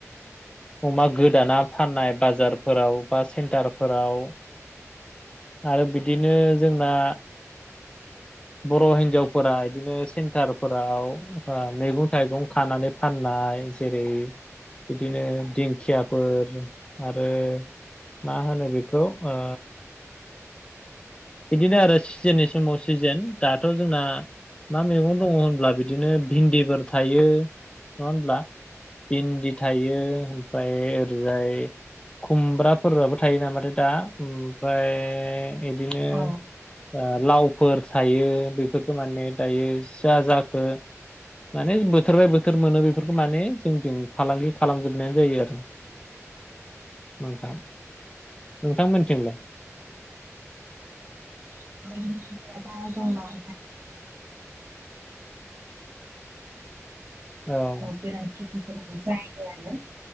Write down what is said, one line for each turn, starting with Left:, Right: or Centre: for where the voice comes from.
Left: अमा गोदाना फाननाय बाजारफोराव बा सेन्टारफोराव आरो बिदिनो जोंना बर' हिनजावफोरा बिदिनो सेन्टारफोराव मैगं थाइगं खानानै फाननाय जेरै बिदिनो दिंखियाफोर आरो। मा होनो बेखौ ओ बिदिनो आरो सिजेननि समाव सिजेन दाथ' जोंना मा मैगं दङ
Right: औ
Left: होनब्ला बिदिनो भिन्दिफोर थायो नङा होनब्ला भिन्दी थायो। ओमफ्राय ओरैजाय खुमब्राफोराबो थायो नामाथाय दा ओमफ्राय बिदिनो
Right: औ
Left: ओ लावफोर थायो बेफोरखौ माने दायो जा जाखो माने बोथोर बाय बोथोर मोनो बेफोरखौ माने जोंथि फालांगि खालामजोबनायानो जायो आरो। नोंथां नोंथां मोनथिंलाय?
Right: <unintelligible> एसे जनानै जोंनाव
Left: औ
Right: गोरान खेथिफोराबो जायो आरो